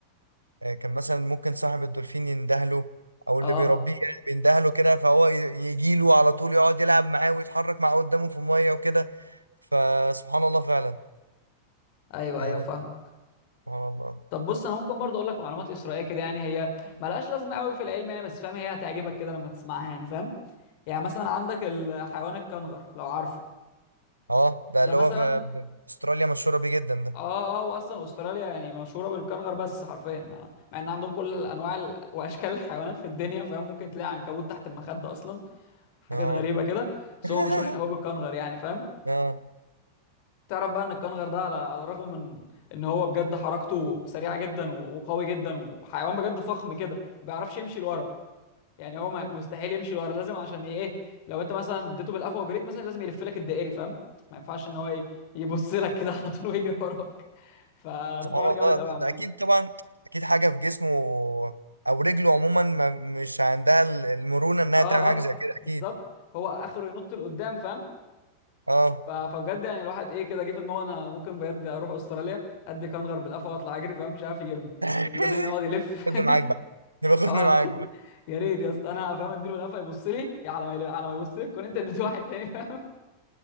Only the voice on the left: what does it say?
اه
ايوه
ايوه فاهمك
طب بص انا ممكن برضو اقول لك معلومات اسرائيليه كده يعني هي ملهاش لازمه قوي في العلم يعني بس فاهم هي هتعجبك كده لما تسمعها يعني فاهم يعني مثلا عندك الحيوان الكنغر لو عارفه
ده
مثلا
اه اه هو اصلا استراليا يعني مشهوره بالكنغر بس حرفيا مع, مع ان عندهم كل الانواع ال- واشكال <laughs> الحيوانات في الدنيا فاهم ممكن تلاقي عنكبوت تحت المخده اصلا حاجات
غريبه كده بس
هم مشهورين قوي بالكنغر يعني فاهم
تعرف بقى ان الكنغر ده على على الرغم من ان هو بجد حركته سريعه جدا و- وقوي جدا وحيوان بجد فخم كده ما بيعرفش يمشي لورا يعني هو ما- مستحيل يمشي ورا لازم عشان ي- ايه لو انت مثلا اديته بالقفا وجريت مثلا لازم يلف لك الدائري فاهم ما ينفعش ان هو ي- يبص لك كده على طول ويجري وراك <laughs> فالحوار
جامد
قوي عامه
اه
اه
بالظبط هو اخره ينط لقدام فاهم
ف- فبجد يعني الواحد ايه كده جه في دماغه انا ممكن بجد اروح استراليا ادي كنغر بالقفا واطلع اجري فاهم مش عارف يجيبني
لانه لازم يقعد يلف <laughs>
اه
يا ريت يا اسطى انا فاهم اديله بالقفا يبص لي يا على ما يل- على ما يبص لك كنت انت اديت واحد تاني فاهم